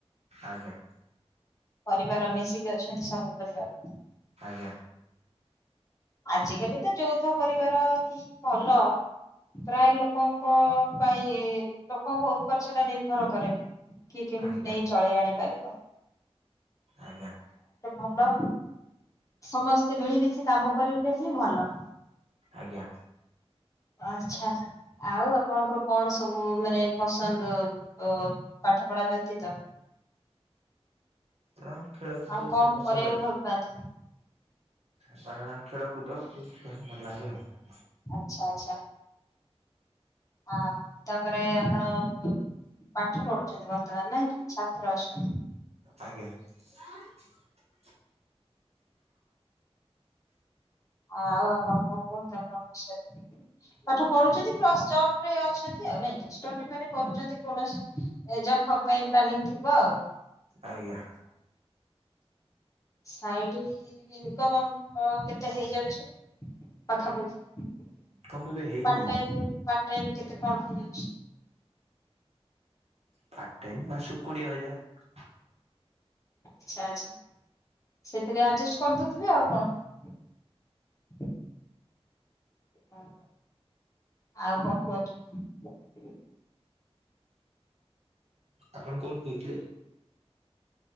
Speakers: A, on the right (about 75°); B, on the left (about 30°).
A: ଆଜ୍ଞା।
B: ପରିବାର ମିଶିକି ଅଛନ୍ତି ସବୁ ପରିବାର ।
A: ଆଜ୍ଞା।
B: ଆଜିକାଲି ତ ଯୌଥ ପରିବାର ହିଁ ଭଲ। ପ୍ରାୟ ଲୋକଙ୍କ ପାଇଁ ଲୋକଙ୍କ ଉପରେ ସେଟା ନିର୍ଭର କରେ। କି କେମିତି
A: ଆଜ୍ଞା
B: ନେଇ ଚଳେଇ ଆଣିପାରିବ।
A: ଆଜ୍ଞା।
B: ଭଲ ସମସ୍ତେ ମିଳିମିଶି କାମ କରିଲେ ହିଁ ଭଲ।
A: ଆଜ୍ଞା।
B: ଆଚ୍ଛା ଆଉ ଆପଣଙ୍କର କଣ ସବୁ ମାନେ ପସନ୍ଦ ଅ ପାଠ ପଢା ବ୍ୟତୀତ
A: ହ ଖେଳକୁଦ
B: ଆଉ କଣ
A: ସବୁ ପସନ୍ଦ
B: କରିବାକୁ
A: ଆଉ।
B: ଭଲ ପାଆନ୍ତି?
A: ତା ଖେଳକୁଦ ଭଲ ଲାଗେ ଆଉ।
B: ଆଚ୍ଛା ଆଚ୍ଛା। ଆଉ ତାପରେ ଆପଣ ପାଠ ପଢୁଛନ୍ତି ବର୍ତ୍ତମାନ ନାଁ କି ଛାତ୍ର ଅଛନ୍ତି।
A: ଆଜ୍ଞା। <inaudible>
B: ଆଉ ଆପଣ କଣ କୁହନ୍ତୁ ଆପଣଙ୍କ ବିଷୟରେ ପାଠ ପଢୁଛନ୍ତି ପ୍ଲସ ଜବରେ ଅଛନ୍ତି ନାଇଁ କି ମାନେ ଷ୍ଟଡି କରୁଛନ୍ତି କୌଣସି ଜବ ଫବ ପାଇଁ ପ୍ଲାନି ଥିବ ଆଉ?
A: ଆଜ୍ଞା।
B: ସାଇଡ଼ି ଇନ୍ କମ୍ ହଁ କେତେ ହେଇଯାଉଛି ପାଖାପାଖି?
A: ତମ ଏବେ ହେଇନି
B: ପାଟ ଟାଇମ୍ ପାଟ ଟାଇମ୍ କେ କେତେ କଣ ହେଇଯାଉଛି?
A: ପାଟ ଟାଇମ୍ ମାସକୁ କୋଡିଏ ହଜାର।
B: ଆଛା ଆଛା ସେଥିରେ ଆଡଜେଷ୍ଟ କରିଦଉଥିବେ ଆଉ କଣ। ହ ଆଉ କଣ କୁହନ୍ତୁ।
A: ଆପଣ କୋଉଠୁ କହୁଥିଲେ?